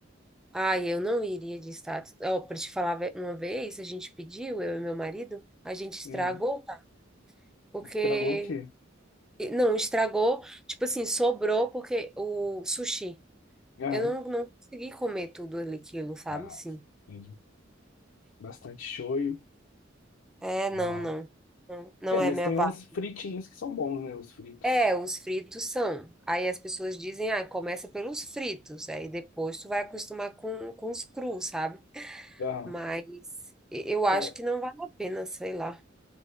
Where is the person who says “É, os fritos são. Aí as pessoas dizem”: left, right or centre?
Centre